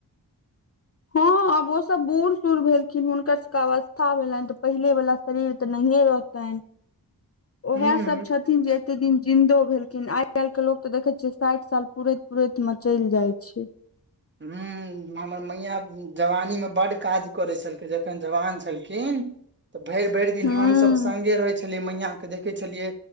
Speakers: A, on the left (about 35°); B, on the right (about 25°).
A: हँ आब ओ सब बूढ़ सूढ़ भेलखिन हुनकर सबके अवस्था भेलेन तऽ पहिले वला शरीर तऽ नहिए रह तेन
B: <inaudible>
A: उएह
B: हूँ
A: सभ छथि न जे एते दिन जिन्दो भेलखिन आइ काल्ह के लोग त देखे छियै साइठ साल पूरैत पूरैत मे चैल जाय छै
B: हूँ <unintelligible> हमर मैया जवानी मे बड काज करै छलखैन जखन जवान छलखिन तऽ भर भर दिन
A: हूँ
B: हमसभ सङ्गे रहै छलियै मैया के देखै छलियै